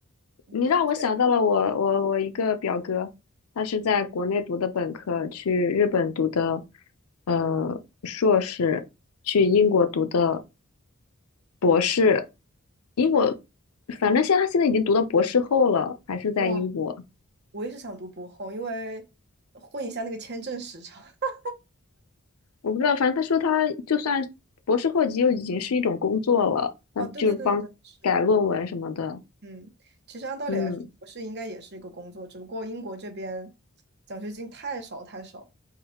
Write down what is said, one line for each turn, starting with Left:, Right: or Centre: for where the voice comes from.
Right: <laughs>
Left: 你让我想到了我我我一个表哥，他是在国内读的本科，去日本读的呃硕士，去英国读的博士，英国反正现在他现在已经读到博士后了，还是在英国，
Right: 哇，我也是想读博后，因为混一下那个签证时长。<laughs>
Left: 我不知道，反正他说他就算博士后级又已经是一种工作了，那就是帮改论文什么的，
Right: 哦，对对对对对，是。嗯，其实按道理来说，
Left: 嗯，
Right: 博士应该也是一个工作，只不过英国这边奖学金太少太少，